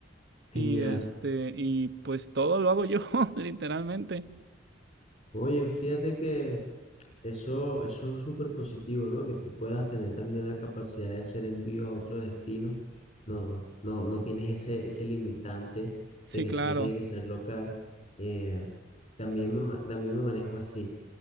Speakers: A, on the left; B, on the right.
A: Genial.
B: Y este, y pues todo lo hago yo, <laughs> literalmente.
A: Oye, fíjate que eso, eso es súper positivo, ¿no? Que tú puedas tener también la capacidad de hacer envíos a otros destinos. No, no, no tienes ese, ese limitante
B: Sí,
A: de que
B: claro.
A: solo tiene que ser local. Eh, también me, ma- también me manejo así.